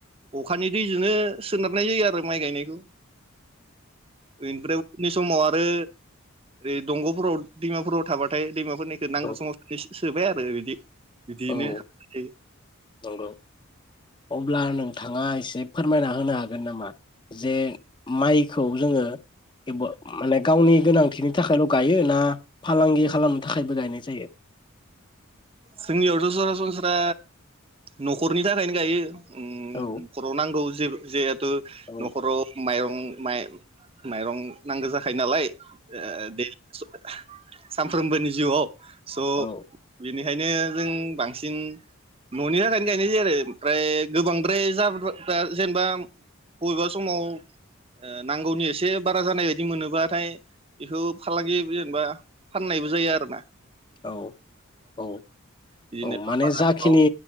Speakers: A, on the right; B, on the left.
A: अखानि दैजोंनो सोनारनाय जायो आरो माइ गायनायखौ। ओमफ्राय उननि स'माव आ बो ओरै दंग'फोराव दैमा फोराव थाबाथाय दैमा फोरनिखो नांगौ
B: औ
A: समाव सोबाय आरो बिदि बिदिनो
B: औ औ
A: नो
B: नंगौ अब्ला नोंथाङा एसे फोरमायना होनो हागोन नामा जे माइखौ जोङो एबा माने गावनि गोनांथिनि थाखायल' गाइयो ना फालांगि खालामनो थाखायबो गायनाय जायो?
A: जोंनि आवथ' सरा सनस्रा नखरनि थाखायनो गाइयो। उम
B: औ
A: नखर नांगौ जेबो जेब बो
B: औ
A: नखराव माइरं माइ माइरं नांगौ जाखायो नालाय <unintelligible> सामफ्रोमबोनि जिउआव स'
B: औ
A: बिनि ओंखायनो जों बांसिन न'नि थाखायनो गायनाय जायो आरो ओमफ्राय गोबांद्राय ज्रा जेनेबा बबेबा समाव ओ नांगौनि एसे बारा जानाय बायदि मोनोबाथाय बेखौ फालांगि जेनेबा फाननायबो जायो आरो ना।
B: औ औ
A: बिदिनो
B: औ माने
A: बाजारफोराव
B: जाखिनि